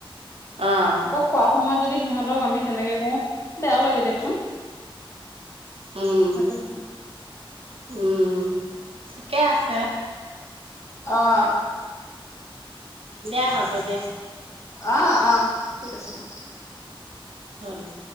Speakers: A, on the right (about 85°); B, on the left (about 30°).
A: অহঁ
B: আকৌ খোৱা সময়ত যদি সিহঁতক আমি তেনেকে কওঁ বেয়াও লাগে দিয়কচোন
A: উম,
B: সেইটো জানে
A: উম। ঠিকে আছে
B: অ
A: দিয়া হ'ব দিয়া
B: অহ অ ঠিক আছে ব
A: হম